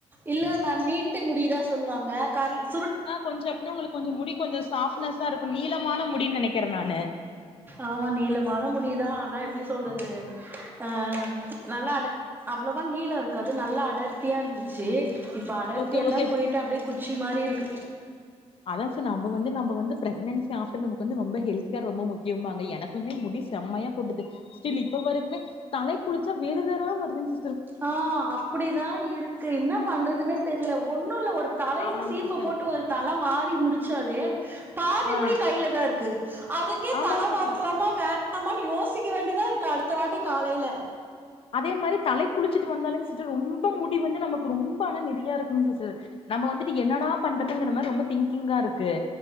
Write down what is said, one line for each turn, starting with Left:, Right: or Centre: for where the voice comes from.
Right: இல்ல மேம் நீட்டு முடிதான் சொல்லுவாங்க கர்லிங்
Left: ஆ கொஞ்ச எடுத்னா உங்களுக்கு கொஞ்ச முடி கொஞ்ச சாஃப்ட்னஸ்ஸா இருக் அப்ப நீளமான முடின்னு நெனைக்கிறே நானு
Right: ஆமா நீளமான முடிதா ஆனா எப்டி சொல்றது ஆ நல்லா அடு அப் அவ்வளோவா நீளம் இருக்காது நல்லா அடர்த்தியா இருந்துச்சி இப்ப அடர்த்தி
Left: ஓகே
Right: எல்லாம்
Left: ஓகே
Right: போயிட்டு அப்டியே குட் ச்சி மாரி இருக்கு
Left: அதா சார் நம்ப வந்து நம்ப வந்து பிரக்னன்சி ஆஃப்டர் நமக்கு வந்து ரொம்ப ஹெல்த் கேர் ரொம்ப முக்கியோம்பாங்க எனக்குமே முடி செம்மையா கொட்டுது ஸ்டில் இப்ப வரைக்குமே தலை குளிச்சா வேரு வேரா வருதுங்ஸ்
Right: ஆஹ் அப்படிதா இருக்கு என்ன பண்றதுன்னே தெர்ல ஒண்ணு இல்ல ஒரு தலையில
Left: ஆமாங்க
Right: சீப்ப
Left: சிஸ்டர்
Right: போட்டு ஒரு தல வார் ரி முடிச்சாலே பாதி
Left: ஆ
Right: முடி கையிலதா இருக்கு அதுக்கே
Left: ஆமாங்க
Right: தல
Left: சிஸ்டர்
Right: வார்லாமா வேண் லாமான்னு யோசிக்க வேண்டிதான் இருக்கு அடுத்த வாட்டி காலைல
Left: அதே மாரி தலைக் குளிச்சிட்டு வந்தாலு சிஸ்டர் ரொம்ப முடி வந்து நமக்கு ரொம்ப ஆனா நெறையா இருக்கு சிஸ்டர் நம்ம வந்துட்டு என்னடா பண்றதுங்கிற மாரி ரொம்ப திங்கிங்கா இருக்கு